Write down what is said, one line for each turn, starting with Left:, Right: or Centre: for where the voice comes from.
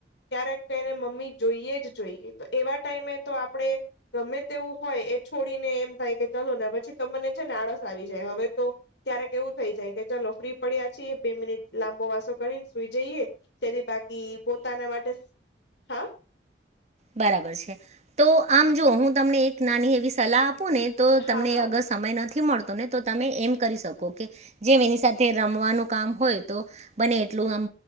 Left: ક્યારેક કઈને મમ્મી જોઈએ જ જોઈએ તો એવા ટાઈમે તો આપણેે ગમે તેવું હોય. છોડીને એમ થાય કે ચાલ ને પછી તો મને છે ને આળસ આવી જાય હવે તો ક્યારે કે એવું થઈ જાય કે ફ્રી પડ્યા છે એ બે મિનિટ લાંબો માસો કરી સુઈ જઈએ તથી બાકી પોતાના માટે હા
Right: બરાબર છે તો આમ જોુ હું તમને એક નાની એવી સલાહ આપને તો તમને
Left: હા હા
Right: અગર સમય નથી નથી મળતો ને તો તમે એમ કરી શકો કે જે એની સાથે રમવાનું કામ હોય તો બને એ પલું આમ